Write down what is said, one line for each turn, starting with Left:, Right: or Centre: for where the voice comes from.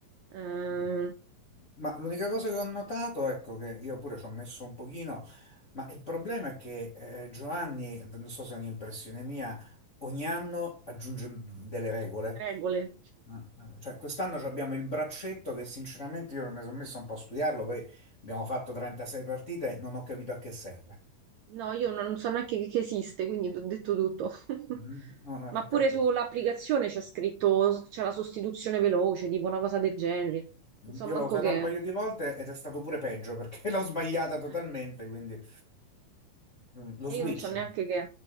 Right: ehm,
Left: Mm. Ma l'unica cosa che ho notato, ecco, che io pure ci ho messo un pochino, ma il problema è che eh, Giovanni, non so se è un'impressione mia, ogni anno aggiunge delle regole.
Right: regole.
Left: Ah, ah, Cioè, quest'anno ci abbiamo il braccetto che sinceramente io mi sono messo un po' a studiarlo, poi abbiamo fatto 36 partite e non ho capito a che serve.
Right: No, io non non so neanche che che esiste, quindi ti ho detto tutto. <laughs>
Left: Mhm. Non ho
Right: Ma pure
Left: capito.
Right: sull'applicazione c'è scritto, c'è la sostituzione veloce, tipo una cosa del genere. Non so
Left: Io
Right: manco
Left: l'ho usata
Right: che
Left: un paio
Right: è.
Left: di volte ed è stato pure peggio perché <laughs> l'ho sbagliata totalmente,
Right: Eh,
Left: quindi mm, lo
Right: E
Left: switch.
Right: io non so neanche che è.